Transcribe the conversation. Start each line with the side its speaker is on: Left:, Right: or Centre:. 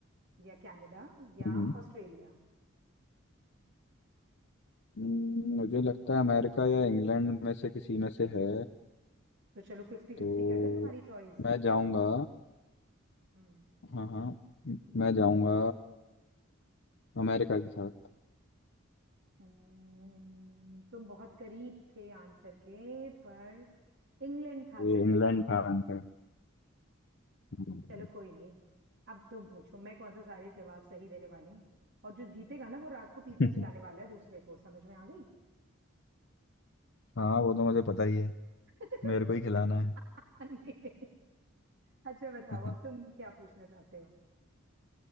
Right: या कनाडा या
Left: हम्म
Right: ऑस्ट्रेलिया
Left: हम्म, मुझे लगता है अमेरिका या इंग्लैंड में से किसी में से है
Right: तो चलो फिफ्टी फिफ्टी
Left: तो
Right: कर दो तुम्हारी चॉइस
Left: मैं जाऊंगा
Right: हम्म
Left: हाँ हाँ म- मैं जाऊंगा अमेरिका के साथ
Right: हम्म, तुम बहुत करीब थे आंसर के पर इंग्लैंड था
Left: ये
Right: सही
Left: इंग्लैंड
Right: जवाब
Left: था आंसर हम्म।
Right: चलो कोई नहीं अब तुम पूछो मैं कौन सा सारे जवाब सही देने वाली हूँ और जो जीतेगा ना वो रात को पिज्जा
Left: <laughs>
Right: खिलाने वाला है दूसरे को समझ में आ गई
Left: हाँ वो तो मुझे पता ही है
Right: <laughs>
Left: मेरे को ही खिलाना है
Right: अंडे में अच्छा बताओ
Left: <laughs>
Right: अब तुम क्या पूछना चाहते हो